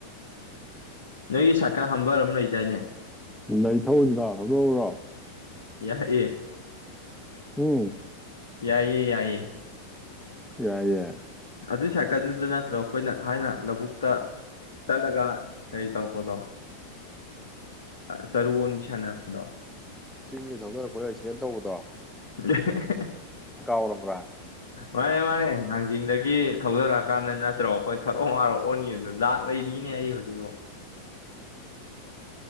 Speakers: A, on the left (about 60°); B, in the centre.
A: ꯅꯣꯏꯒꯤ ꯁꯀꯥ ꯍꯥꯝꯕꯔ ꯑꯃ ꯂꯩꯗꯥꯏꯅꯦ
B: ꯂꯩ ꯊꯁꯤꯔ ꯍꯧꯗꯣꯛꯎꯔꯣ
A: ꯌꯥ ꯑꯦ
B: ꯎꯝ
A: ꯌꯥꯏꯌꯦ ꯌꯥꯏꯌꯦ
B: ꯌꯥ ꯌꯥ
A: ꯑꯗꯨꯏ ꯁꯥꯏꯀꯜꯗꯨꯗ ꯅꯠꯇ꯭ꯔꯣ ꯑꯩꯈꯣꯏꯅ ꯊꯥꯏꯅ ꯂꯧꯕꯨꯛꯇ ꯆꯠꯂꯒ ꯀꯔꯤ ꯇꯧꯔꯛꯄꯗꯣ ꯆꯔꯨ ꯑꯣꯟꯕꯤ ꯁꯥꯟꯅꯔꯛꯄꯗꯣ
B: ꯆꯤꯡꯒꯤ ꯊꯧꯗꯔꯛꯄ ꯑꯦꯛꯁꯤꯗꯦꯟ ꯇꯧꯕꯗꯣ
A: <unintelligible>
B: ꯀꯥꯎꯔꯕ꯭ꯔꯥ
A: ꯃꯥꯅꯦꯦ ꯃꯥꯅꯦꯦ ꯉꯥꯡꯖꯗ ꯒꯤ ꯊꯧꯖꯔꯛꯑꯀꯥꯟꯗ ꯅꯠꯇ꯭ꯔꯣ ꯑꯩꯈꯣꯏ ꯊꯔꯛ ꯉꯔꯛꯑꯣꯅꯤ ꯑꯗꯨꯗꯣ ꯂꯥꯛ ꯂꯩꯔꯤꯅꯦ ꯑꯩ ꯍꯧꯖꯤꯛꯐꯥꯎ